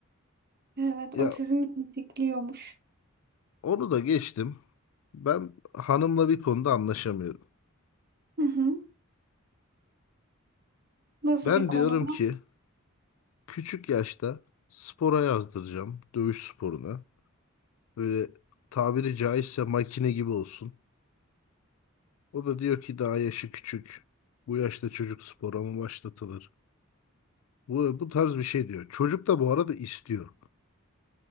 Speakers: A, on the right (about 50°); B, on the left (about 80°).
A: Evet,
B: Ya
A: otizm tetikliyormuş.
B: Onu da geçtim. Ben hanımla bir konuda anlaşamıyorum.
A: Hı hı. Nasıl
B: Ben
A: bir konuda?
B: diyorum ki küçük yaşta spora yazdıracağım. Dövüş sporuna. Böyle tabiri caizse makine gibi olsun. O da diyor ki daha yaşı küçük. Bu yaşta çocuk spora mı başlatılır? Bu, bu tarz bir şey diyor. Çocuk da bu arada istiyor.